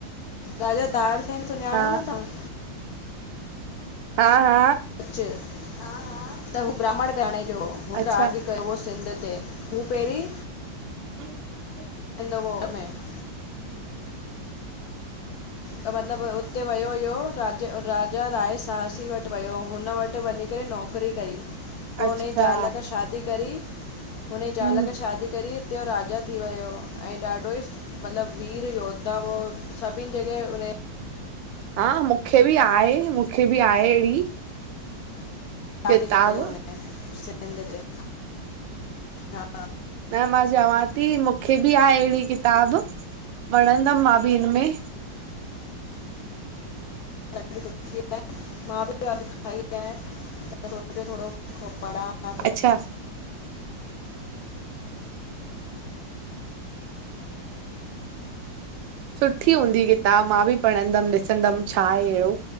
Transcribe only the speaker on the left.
राजा दाड सीघं सुञाणो
न तहां?
त हू ब्राह्मण गराने जो हो
कयो सिंध ते, हू पहिरीं
ह वक़्तौक़ में <inaudible> त मतिलबु उते वियो हुयो, राज राजा राय सहसी वटि वियो, हुन वटि वञी करे नौकिरी कई, पोइ
हुन जी ज़ाल क शादी करी हुनजे ज़ाल
खे शादी करे उते राजा थी वियो, ऐं ॾाढो ई मतिलबु वीर योद्धा हुआ। सभिनि जॻह हुनजी
राॼ
कयो हिन सिंध ते। हा।
ढी ख़ुशी आहे। मां बि अ खाई आहे सोच थो <inaudible> खपड़ा <inaudible>